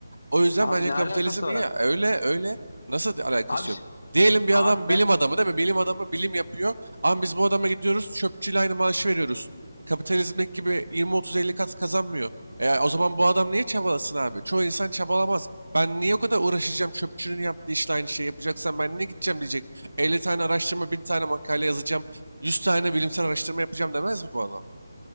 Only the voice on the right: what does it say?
O yüzden
bence
kapitalizm
ya öyle öyle nasıl di- alakası
yok? Diyelim bir
adam bilim
adamı değil mi? Bilim adamı bilim yapıyor. Ama biz bu adama gidiyoruz çöpçüyle aynı maaşı veriyoruz. Kapitalizmdeki gibi 20-30-50 kat kazanmıyor. E, o zaman bu adam niye çabalasın abi? Çoğu insan çabalamaz. Ben niye o kadar uğraşacağım çöpçünün yaptığı işle aynı şeyi yapacaksan ben niye gideceğim diyecek. 50 tane araştırma, 1000 tane makale yazacağım, 100 tane bilimsel araştırma yapacağım demez mi bu adam?